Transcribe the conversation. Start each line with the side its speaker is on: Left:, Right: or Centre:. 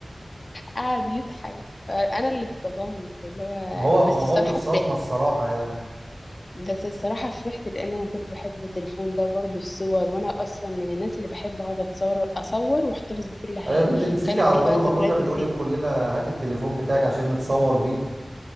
Left: قعد يضحك انا اللي اتصدمت اللي هو
Right: ما هو هو
Left: بس
Right: موقف
Left: الصراحه
Right: صدمة
Left: فرحت
Right: الصراحة يعني
Left: بس الصراحه فرحت لان انا كنت بحب التليفون ده وبرضه الصور وانا اصلا من الناس اللي بحب اقعد اتصور اصور واحتفظ بكل حاجه
Right: ايوه يا بنتي انت نسيتي
Left: كان
Right: على
Left: عليه
Right: طول
Left: بقى
Right: لما
Left: ذكريات
Right: كنا بنقول
Left: كتير
Right: لك كلنا هات التليفون بتاعك عشان نتصور بيه